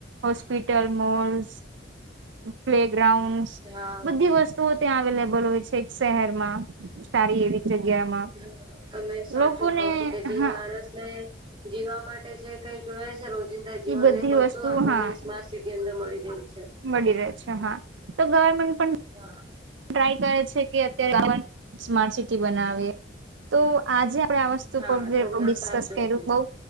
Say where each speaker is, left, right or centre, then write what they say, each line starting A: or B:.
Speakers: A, on the right (about 80°); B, on the right (about 30°).
A: હોસ્પિટલ મોલ્સ પ્લે ગ્રાઉન્ડસ.
B: હા
A: બધી વસ્તુઓ ત્યાં અવેલેબલ હોય છે એક શહેર માં સારી એવી જગ્યામાં.
B: હા તમે સાચું
A: લોકોને
B: કહો છો કે જે
A: હા
B: માણસ ને. જીવા માટે જે કઈ જોયા છે રોજિંદા જીવન
A: બધી
B: એ બધું
A: વસ્તુ
B: આપણને
A: હા
B: સ્માર્ટ સિટી. અંદર મળી રહી છે.
A: મળી રહે છે હા તો ગવર્મેન્ટ પણ
B: હા.
A: ટ્રાય કરે છે કે અત્યારે સ્માર્ટ સિટી બનાવી તો આજે. આપે આ વસ્તુ
B: હા
A: પર
B: તમે
A: ડિસ્કસ
B: સાચું
A: કર્યું
B: કીધું.
A: બઉ.